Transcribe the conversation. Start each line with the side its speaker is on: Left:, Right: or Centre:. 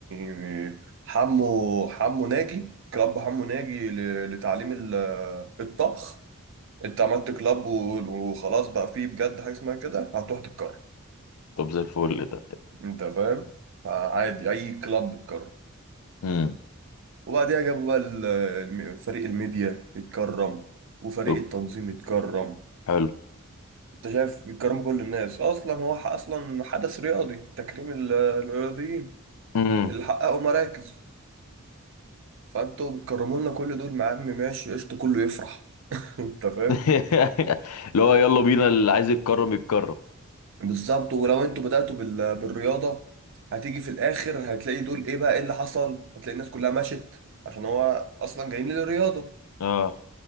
Right: آه، حمو حمو ناجي كلاب حمو ناجي ل- لتعليم ال- آه، الطبخ انت عملت كلاب و- وخلاص بقى فيه بجد حاجه اسمها كده هتروح تتكرر
Left: طب زي الفل ده
Right: انت فاهم عادي اي كلاب بتكرر
Left: امم
Right: وبعديها جابوا بقى ال- الم- فريق الميديا يتكرم وفريق
Left: طب
Right: التنظيم يتكرم
Left: حلو
Right: انت شايف بيتكرموا كل الناس اصلا هو ح- اصلا حدث رياضي تكريم ال- الرياضيين
Left: امم
Right: اللي حققوا مراكز فانتوا بتكرموا لنا كل دول مع عم ماشي قشطه كله يفرح <laughs> انت فاهم
Left: <laughs> اللي هو يلا بينا اللي عايز يتكرم يتكرم
Right: بالظبط ولو انتوا بدأتوا بال- بالرياضة هتيجي في الاخر هتلاقي دول ايه بقى ايه اللي حصل هتلاقي الناس كلها مشت عشان هو اصلا جايين للرياضة
Left: اه